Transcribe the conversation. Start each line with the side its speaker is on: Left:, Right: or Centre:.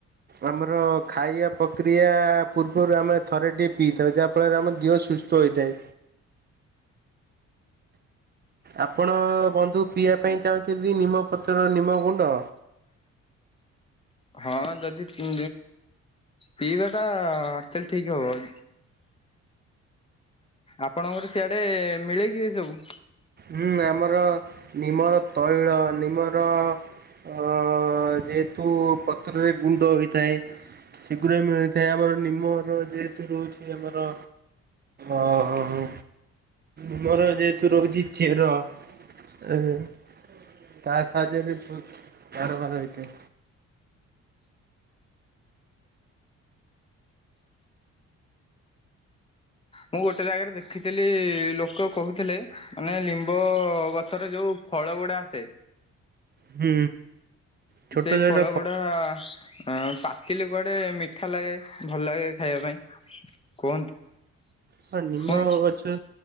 Right: ଆମର ଖାଇବା ପ୍ରକ୍ରିୟା ପୂର୍ବରୁ ଆମେ ଥରେ ଟି ପିଇଥାଉ ଯାହାଫଳରେ ଆମ ଦେହ ସୁସ୍ଥ ହୋଇଥାଏ। ଆପଣ ବନ୍ଧୁ ପିଇବା ପାଇଁ ଚାହୁଁଛନ୍ତି ନିମ ପତ୍ର ନିମ ଗୁଣ୍ଡ?
Left: ହଁ ଯଦି ପି ପିଇବାଟା ଆକ୍ଚଲି ଠିକ ହବ। ଆପଣଙ୍କର ସିଆଡେ ମିଳେ କିି ଏସବୁ?
Right: ହୁଁ ଆମର ନିମର ତୈଳ ନିମର ଅ ଯେହେତୁ ପତ୍ରରେ ଗୁଣ୍ଡ ହୋଇଥାଏ ଶେଗୁରା ବି ମିଳିଥାଏ ଆମର ନିମର ଯେହେତୁ ରହୁଛି ଆମର ଓହୋ ହୋ ଆମର ଯେହେତୁ ରହୁଛି ଚେର ଏହେଁ ତା ସାହାଯ୍ୟରେ କ କାରବାର ହେଇଥାଏ।
Left: ମୁଁ ଗୋଟେ ଜାଗାରେ ଦେଖିଥିଲି ଲୋକ କହୁଥିଲେ ମାନେ ଲିମ୍ବ ଗ ଛରେ ଯୋଉ ଫଳ ଗୁଡା ଆସେ
Right: ହୁଁ। ଛୋଟ
Left: ସେଇ
Right: ଛୋଟ
Left: ଫଳ ଗୁଡା ହଁ ପାଚିଲେ କୁଆଡେ ମିଠା ଲାଗେ ଭଲ ଲାଗେ ଖାଇବା ପାଇଁ କୁହନ୍ତି।
Right: ହଁ ନିମ
Left: ମୁଁ
Right: ଗଛ